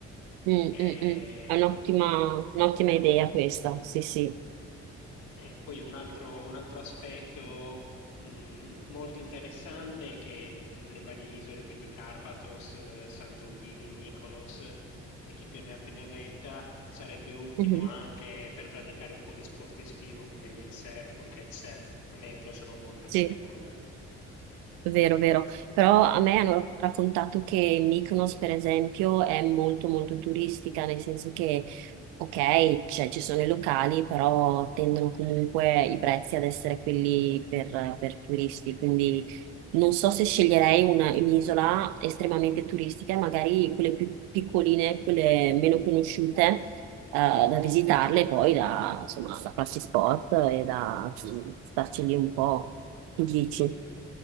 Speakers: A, on the right; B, on the left.
A: mm,
B: Eh,
A: mm, mm. È un'ottima
B: un-
A: un'ottima idea questa, sì, sì.
B: E poi un altro, un altro aspetto mh, molto interessante è che nelle varie isole, quindi Carpathos, eh, Santorini, Mykonos eh, e chi più ne ha più ne metta, sarebbe ottimo
A: Mhm,
B: anche per praticare un po' di sport estivo come il windsurf o il kitesurf. A me piacciono molto
A: Sì.
B: queste cose.
A: Vero, vero. Però a me hanno raccontato che Mykonos, per esempio, è molto molto turistica, nel senso che, ok, cioè, ci sono i locali, però tendono comunque i prezzi ad essere quelli per, per turisti. Quindi non so se sceglierei una- un'isola estremamente turistica, magari quelle più piccoline, quelle meno conosciute, eh, da visitarle, poi da, insomma, da farsi sport e da mm, starci lì un po'. Che dici?
B: Sì.